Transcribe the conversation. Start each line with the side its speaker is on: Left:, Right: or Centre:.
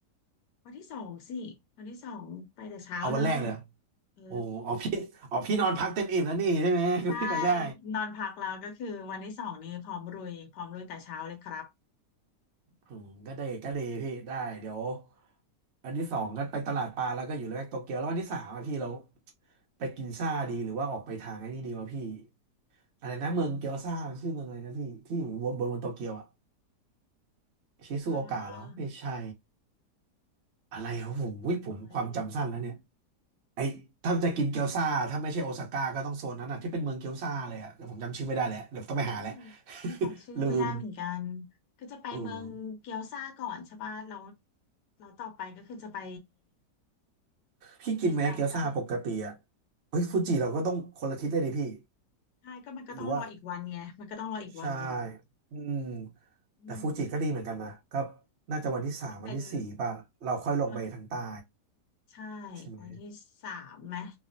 Left: วันที่สองสิวันที่สองไปแต่เช้าเลย
Right: เอาวันแรกเลย
Left: เออ
Right: โอ้อ๋อพี่อ๋อพี่นอนพักเต็มอิ่มแล้วนี่ใช่ไหมก็
Left: ใช่
Right: <laughs> พี่ไปได้
Left: นอนพักแล้วก็คือวันที่สองนี้พร้อมรุยพร้อมรุยแต่เช้าเลยครับ
Right: อืมก็ได้ก็ดีพี่ได้เดี๋ยววันที่สองก็ไปตลาดปลาแล้วก็อยู่ละแวกโตเกียวแล้ววันที่สามอะพี่เราไปกินซ่าดีหรือว่าออกไปทางไอ้นี่ดีวะพี่อะไรนะเมืองเกียวซ่ามันชื่อเมืองอะไรนะพี่ ที่อยู่บนบนบนโตเกียวอะชิซูโอกะเหรอไม่ใช่
Left: อ่า
Right: อะไรครับผมวิผมความจำสั้นแล้วเนี่ย
Left: เอ้ย
Right: ไอถ้าจะกินเกี๊ยวซ่าถ้าไม่ใช่โอซาก้าก็ต้องโซนนั้นอ่ะที่เป็นเมืองเกี๊ยวซ่าเลยอ่ะแต่ผมจำชื่อไม่ได้แล้วเดี๋ยวต้องไปหาแล้ว
Left: นี่
Right: <laughs>
Left: นี่จำชื่อไม่ได้เหมือนกัน
Right: ลืม
Left: ก็จะไปเมืองเกียวซาก่อนใช่ป่ะแล้ว
Right: เออ
Left: แล้วต่อไปก็คือจะไป
Right: พี่กินไหมเกี๊ยวซ่าปกติอ่ะ
Left: ฟูจิซังไหม
Right: เฮ้ยฟูจิเราก็ต้องคนละทิศเลยดิพี่
Left: ใช่ก็มันก็ต้องรออีกวันไงมันก็ต้องรออีกวันหนึ่ง
Right: หรือว่าใช่อืม
Left: อืม
Right: แต่ฟูจิก็ดีเหมือนกันนะก็น่าจะวันที่สามวันที่สี่ป่ะเราค่อยลงไปทางใต้
Left: มันเป็นเออใช่
Right: ใช่ไหม
Left: วันที่สามไหม